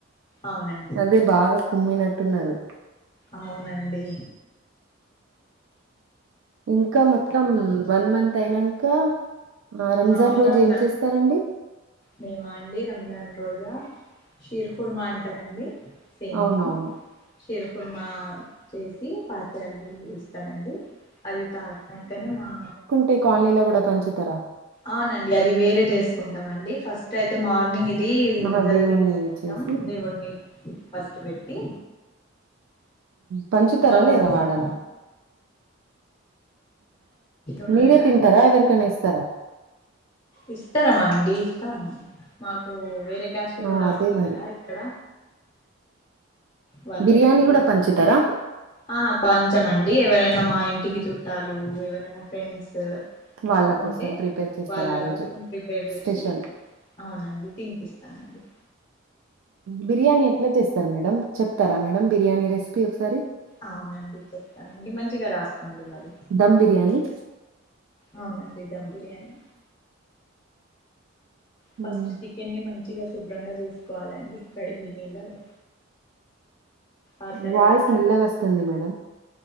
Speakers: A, on the left; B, on the right.
A: అవునండి
B: అదే బాగా కుమ్మినట్టున్నారు
A: అవునండి
B: ఇంకా మొత్తం వన్ మంత్ అయినంక ఆహ్,
A: ఆ
B: రోజు
A: రంజాన్
B: ఏం చేస్తారండి?
A: మేమా అండి రంజాన్ రోజా షిర్ కుర్మా అంటారండి సేన్ని
B: అవునవును.
A: షీర్ కుర్మ చేసి పాత్యాలు ఇస్తారండి అది తాగినంకనే మా
B: టే కాలనీలో కూడా పంచుతారా
A: అవునండి అది వేరే తీసుకుంటాం అండి ఫస్ట్ అయితే మార్నింగ్ది
B: ఆహా!
A: జల్దీ
B: దేవుణ్ణి
A: చేసుకుంటాం
B: చేసి
A: దేవుడిని ఫస్ట్ పెట్టి
B: పంచుతరా
A: మా హస్బెండ్
B: లేరా వాడాల
A: ఉండ
B: మీరే
A: కదా
B: తింటారా ఎవరికైనా ఇస్తారా
A: ఇస్తారమా అండి ఇస్తాం మాకు వేరే క్యాస్ట్
B: ఆ!
A: కూడా
B: అదే
A: ఉంది
B: మరి.
A: కదా ఇక్కడ వాళ్ళకి
B: బిర్యానీ గూడా పంచుతారా?
A: ఆహ పంచమండి ఎవరైనా మా ఇంటికి చుట్టాలు ఎవరైనా ఫ్రెండ్స్
B: వాళ్ళ
A: ఉంటే
B: కోసం ప్రిపేర్ చేస్తారా
A: వాళ్ళ
B: ఆ రోజు
A: కోసెం ప్రిపేర్ జేసి
B: స్పెషల్?
A: అవునండి తింపిస్తానండి
B: బిర్యానీ ఎట్లా చేస్తారు మేడం చెప్తారా మేడమ్ బిర్యానీ రెసిపీ ఒకసారి
A: అవునండి చెప్తానండి మంచిగ రాసుకోండి మరి
B: దమ్ బిర్యానీ
A: అవునండి ధమ్ బిర్యానీ ఫస్ట్
B: ఉమ్,
A: చికెన్ని మంచిగా శుభ్రంగా జేసుకోవాలండి ఇక్కడి ఈ నీళ్ళలో ఆ తర్వాత
B: వాయిస్ మెల్లగా వస్తుంది మేడం